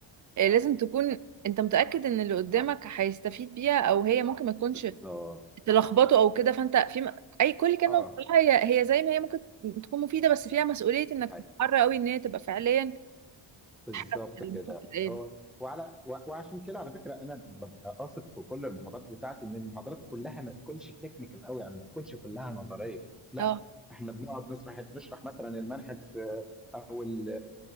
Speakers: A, on the right; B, in the centre.
A: آه، لازم تكون انت متأكد ان اللي قدامك هيستفيد بيها او هي ممكن ما تكونش
B: بالظبط
A: تلخبطه او كده فانت في م... اي كل كلمة
B: آه
A: بتقولها هي هي زي ما هي ممكن تكون مفيدة بس فيها مسؤولية انك
B: دي حقيقة
A: تتحرى قوي ان هي تبقى فعليا
B: بالظبط
A: حاجة اللي
B: كده
A: المفروض تتقال
B: هو وعلى و- وعشان كده على فكره انا ببقى قاصد في كل المحاضرات بتاعتي ان المحاضرات كلها ما تكونش تكنيكال قوي يعني ما تكونش كلها نظريه لا
A: اه
B: احنا بنقعد نشرح نشرح مثلا المنهج في او ال-